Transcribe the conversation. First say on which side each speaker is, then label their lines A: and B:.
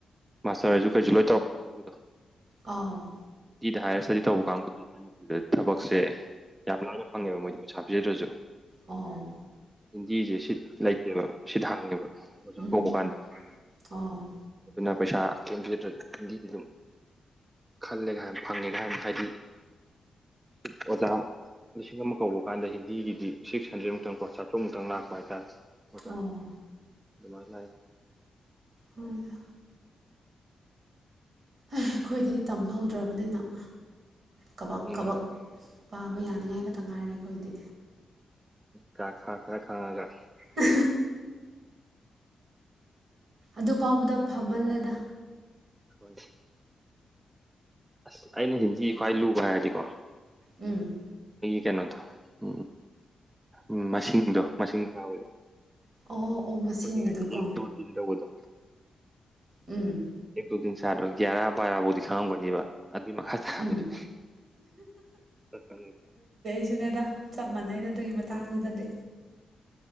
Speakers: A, on the right; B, on the right.
A: ꯃꯥꯁꯇꯔꯁꯨ ꯀꯩꯁꯨ ꯂꯣꯏ ꯇꯧꯔꯛꯄ ꯀꯥꯡꯕꯨꯗꯣ
B: ꯑꯥꯎ
A: ꯑꯗꯨꯗꯤ ꯍꯥꯏꯌꯔ ꯏꯁꯇꯗꯤ ꯇꯧꯕ ꯀꯥꯡꯕꯨ ꯃꯅꯤꯄꯨꯔꯗ ꯊꯕꯛꯁꯦ ꯌꯥꯝ ꯂꯥꯏꯅ ꯐꯪꯉꯦꯕ ꯃꯣꯏꯗꯤ ꯄꯩꯁꯥ ꯄꯤꯖꯗ꯭ꯔꯁꯨ
B: ꯑꯣ
A: ꯍꯤꯟꯗꯤꯁꯦ ꯁꯤꯠ ꯂꯩꯇꯦꯕ ꯁꯤꯠ ꯍꯥꯡꯉꯦꯕ ꯑꯣꯖꯥ
B: ꯎꯝ
A: ꯇꯄ ꯀꯥꯟꯗ
B: ꯑꯣ
A: ꯑꯗꯨꯅ ꯄꯩꯁꯥ ꯀꯦꯝꯕꯤꯒꯗ꯭ꯔꯁꯨ ꯍꯤꯟꯗꯤ ꯑꯗꯨꯝ ꯈꯜꯂꯦꯒꯥꯏꯅ ꯐꯪꯉꯦ ꯀꯥꯏꯅ ꯍꯥꯏꯗꯤ ꯑꯣꯖꯥ ꯂꯤꯁꯤꯡ ꯑꯃ ꯀꯧꯕ ꯀꯥꯟꯗ ꯍꯤꯟꯗꯤꯒꯤꯗꯤ ꯁꯤꯛꯁ ꯍꯟꯗ꯭ꯔꯦꯗꯃꯨꯛꯇꯪ ꯆꯥꯊꯣꯛꯃꯨꯛꯇꯪ ꯂꯥꯛꯄ ꯍꯥꯏꯇꯥꯔꯦ ꯑꯣꯖꯥ
B: ꯑꯣ
A: ꯑꯗꯨꯃꯥꯏꯅ ꯂꯥꯛꯑꯦ
B: ꯍꯣꯏꯗ ꯑꯩꯈꯣꯏꯗꯤꯗꯤ ꯇꯝꯍꯧꯗ꯭ꯔꯕꯅꯤꯅꯝ ꯀꯕ
A: ꯎꯝ
B: ꯀꯕꯛ ꯄꯥꯕ ꯌꯥꯅꯤꯉꯥꯏ ꯈꯛꯇ ꯉꯥꯏꯔꯦ ꯑꯩꯈꯣꯏꯗꯤ
A: ꯈ ꯈꯥ ꯈꯥ ꯈꯥꯉꯖ
B: ꯎ ꯑꯗꯨ ꯐꯥꯎꯕꯗ ꯐꯝꯃꯜꯂꯦꯗ
A: ꯍꯣꯏ ꯑꯁ ꯑꯩꯅ ꯍꯤꯟꯖꯤ ꯈ꯭ꯋꯥꯏ ꯂꯨꯕ ꯍꯥꯏꯔꯗꯤꯀꯣ
B: ꯎꯝ
A: ꯀꯩꯅꯣ ꯊ ꯎꯝ ꯎ ꯑꯗꯣ ꯃꯁꯤꯡ ꯊꯥꯕꯗꯣ
B: ꯑꯣ ꯑꯣ ꯃꯁꯤꯡꯒꯤꯗꯣꯀꯣ
A: ꯃꯁꯤꯡ ꯍꯥꯏꯗꯤ ꯑꯦ ꯗꯣ ꯇꯤꯟ ꯇꯧꯕꯗꯣ
B: ꯎꯝ
A: ꯑꯦꯛꯇꯨꯗꯤꯤꯟ ꯁꯥꯗ꯭ꯔꯣ ꯒ꯭ꯌꯥꯔꯥ ꯕꯥꯔꯥꯐꯥꯎꯗꯤ ꯈꯪꯉꯝꯒꯅꯤꯕ ꯑꯗꯨꯏ ꯃꯈꯥ ꯇꯥꯕꯗꯨꯗꯤ
B: ꯎꯝ
A: ꯄꯁ
B: ꯁꯤꯅꯦꯗ ꯆꯞ ꯃꯥꯟꯅꯩꯗ ꯑꯗꯨꯒꯤ ꯃꯇꯥꯡꯗꯨꯗꯗꯤ